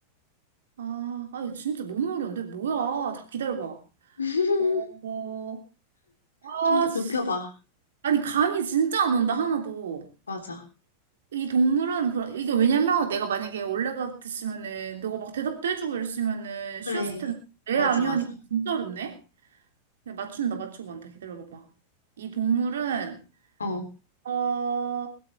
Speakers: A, on the right; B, on the left.
A: 아, 아, 이거 진짜 너무 어려운데? 뭐야? 자, 기다려봐.
B: <laughs>
A: 어, 아,
B: 좀 더
A: 씨.
B: 좁혀봐.
A: 아니, 감이 진짜 안 온다, 하나도.
B: 맞아.
A: 이 동물은, 그런 이게 왜냐면 내가 만약에 원래 같았으면은, 너가 막 대답도 해주고 이랬으면은
B: 그래.
A: 쉬웠을 텐데, 애
B: 맞아,
A: 아니오
B: 맞아.
A: 하니까 진짜 어렵네? 네, 맞춘다, 맞추고 간다. 기다려봐봐. 이 동물은,
B: 어,
A: 어,